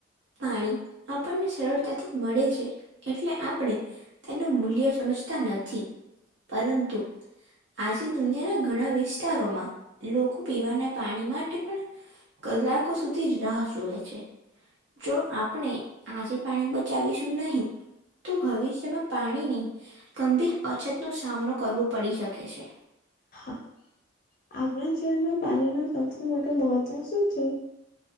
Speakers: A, on the right; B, on the left.
A: પાણી આપણને સરળતાથી છે એટલે આપણે તેનું મૂલ્ય સમજતા નથી. પરંતુ આજે દુનિયાના ઘણા વિસ્તારોમાં લોકો પીવાના પાણી માટે પણ કલાકો સુધી જ રાહ જોવે છે જો આપણે આજે પાણી બચાવીશું નહીં તો ભવિષ્યમાં પાણીની ગંભીર અછત નો સામનો કરવો પડી શકે છે.
B: હા આપણા જીવનમાં પાણી નું સૌથી મોટું મહત્વ શું છે?